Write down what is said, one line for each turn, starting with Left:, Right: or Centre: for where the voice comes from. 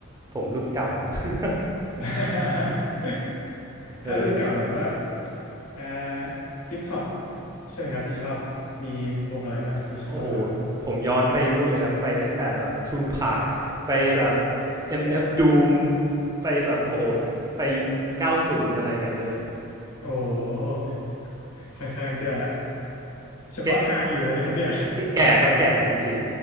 Right: ผมรุ่นเก่า <laughs>
Left: <laughs>
Right: เออ
Left: ถ้ารุ่นเก่าแบบว่าอ่าฮิปฮอปใช่ไหมครับที่ชอบมีวงอะไรบ้างครับที่ชอบฟัง
Right: โอ้โหผมย้อนไปนู่นเลยครับไปตั้งแต่แบบทู p a c ไปแบบ MF Doom ไปแบบโอ้โหไป90อะไรอย่างนั้นเลย
Left: โอ้ค่อนข้างจะ เฉพาะทางอยู่แล้วเนี่ยครับเนี่ย
Right: แก่แก่แก่ครับแก่จริง